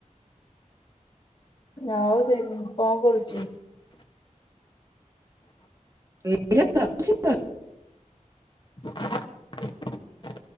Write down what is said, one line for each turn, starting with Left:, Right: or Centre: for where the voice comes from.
Left: ଆଉ ସେ କଣ କରୁଚୁ?
Right: ଏଇରା ତ? ଛିଅସ୍
Left: <inaudible>